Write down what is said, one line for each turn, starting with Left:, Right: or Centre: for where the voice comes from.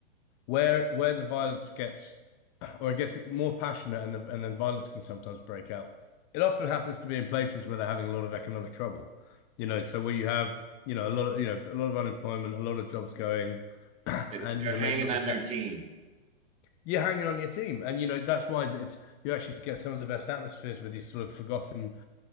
Left: where where the violence gets or it gets more passionate and the, and then violence can sometimes break out. It often happens to be in places where they're having a lot of economic trouble, you know. So where you have you know a lot of you know a lot of unemployment, a lot of jobs going, <clears throat>
Right: it-
Left: and
Right: they're
Left: you know
Right: hanging
Left: maybe not
Right: on
Left: the best.
Right: their team.
Left: You're hanging on your team, and you know that's why it's you actually get some of the best atmospheres with these sort of forgotten